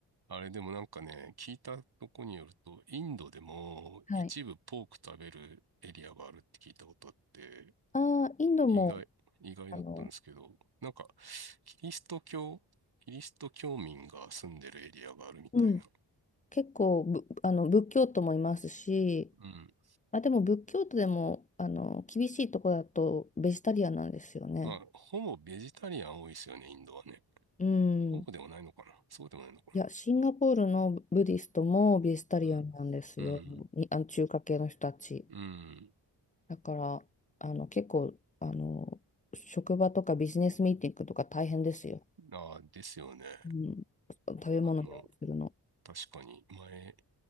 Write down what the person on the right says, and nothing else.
あれでもなんかね、聞いたとこによると、インドでも一部ポーク食べるエリアがあるって聞いたことあって、
意外、意外だったんですけど、
なんか、キリスト教、キリスト教民が住んでるエリアがあるみたいな。
うん。
まあ、ほぼベジタリアン多いですよね、インドはね。
ほぼでもないのかなそうでもないのかな
うん。うん。
うん。
ああ、ですよね。
あの、確かに、前、